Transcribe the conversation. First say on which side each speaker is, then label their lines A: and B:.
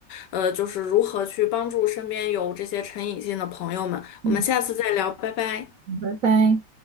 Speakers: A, on the left (about 65°); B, on the right (about 50°).
A: 呃，就是如何去帮助身边有这些成瘾性的朋友们。
B: 嗯，
A: 我们下次再聊，拜拜。
B: 拜拜。